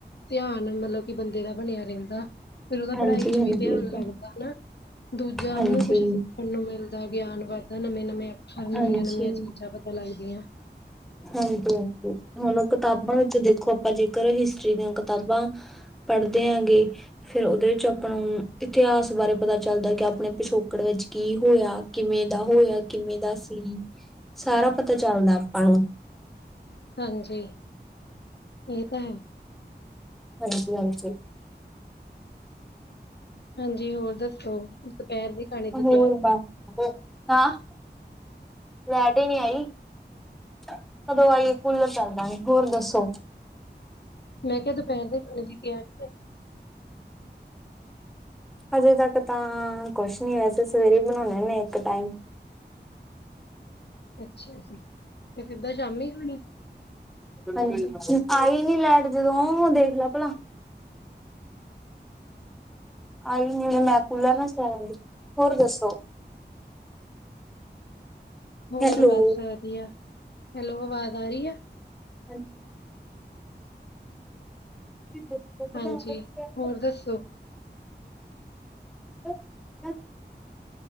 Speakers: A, on the left (about 70°); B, in the centre.
A: ਧਿਆਨ ਮਤਲਬ ਕਿ ਬੰਦੇ ਦਾ ਬਣਿਆ ਰਹਿੰਦਾ। ਫਿਰ ਉਹਦਾ
B: ਹਾਂਜੀ
A: ਪੜ੍ਹਾਈ ਚ
B: ਹਾਂਜੀ
A: ਵੀ ਧਿਆਨ
B: ਇਹ ਤਾਂ
A: ਲੱਗਦਾ ਹਨਾ ਦੂਜਾ
B: ਹਾਂਜੀ
A: ਉਹਨੂੰ ਕੁਛ ਸਿੱਖਣ ਨੂੰ ਮਿਲ ਦਾ ਗਿਆਨ ਵੱਧਦਾ ਨਵੇਂ-ਨਵੇਂ ਅੱਖਰ ਨਵੀਆਂ-ਨਵੀਆਂ
B: ਹਾਂਜੀ,
A: ਚੀਜ਼ਾਂ ਪਤਾ ਲੱਗਦੀਆਂ।
B: ਹਾਂਜੀ, ਹਾਂਜੀ ਹੁਣ ਕਿਤਾਬਾਂ ਵਿੱਚ ਦੇਖੋ ਆਪਾਂ ਜੇਕਰ ਹਿਸਟਰੀ ਦੀਆਂ ਕਿਤਾਬਾਂ ਪੜ੍ਹਦੇ ਆਂਗੇ ਫੇਰ ਉਹਦੇ ਵਿੱਚ ਆਪਣਾ ਇਤਿਹਾਸ ਬਾਰੇ ਪਤਾ ਚੱਲਦਾ, ਕਿ ਆਪਣੇ ਪਿਛੋਕੜ ਵਿੱਚ ਕੀ ਹੋਇਆ ਕਿਵੇਂ ਦਾ ਹੋਇਆ ਕਿਵੇਂ ਦਾ <inaudible> ਸਾਰਾ ਪਤਾ ਚੱਲਦਾ ਆਪਾਂ ਨੂੰ
A: ਹਾਂਜੀ, ਇਹ ਤਾਂ ਹੈ।
B: ਹਾਂਜੀ, ਹਾਂਜੀ।
A: ਹਾਂਜੀ ਹੋਰ ਦੱਸੋ <inaudible> ਦੀ
B: ਹੋਰ
A: ਤਿਆਰੀ
B: ਬਸ
A: ਹੈ?
B: ਹੋ ਹਾਂ ਲੈਟ ਹੀ ਨਹੀਂ ਆਈ ਕਦੋਂ ਆਈ ਏ ਕੂਲਰ ਚੱਲਦਾ ਨੀ ਹੋਰ ਦੱਸੋ
A: ਮੈਂ ਕਿਹਾ ਦੁਪਹਿਰ ਦੇ ਖਾਣੇ ਦੀ ਤਿਆਰੀ ਐ।
B: ਹਜੇ ਤੱਕ ਤਾਂ ਕੁਛ ਨੀ ਵੈਸੇ ਸਵੇਰੇ ਬਣਾਣੇ ਨੇ ਇੱਕ ਟਾਈਮ
A: ਅੱਛਾ ਜੀ, ਤੇ ਸਿੱਧਾ ਸ਼ਾਮੀ ਖਾਣੀ
B: ਹਾਂਜੀ ਆਈ ਨੀ ਲੈਟ ਜਦੋਂ ਉਹ ਦੇਖ ਲੈ ਭਲਾ ਆਈ ਨੀ ਮੈਂ ਕੂਲਰ ਨਾ ਚਲਾ ਲੈਂਦੀ, ਹੋਰ ਦੱਸੋ
A: ਹੋਰ
B: ਹੈਲੋ
A: ਬਸ ਵਧੀਆ ਹੈਲੋ ਆਵਾਜ਼ ਆ ਰਹੀ ਹੈ
B: ਹਾਂਜੀ ਦੱਸੋ ਬਣਾਉਣਾ
A: ਹਾਂਜੀ ਹੋਰ ਦੱਸੋ
B: ਹੋਰ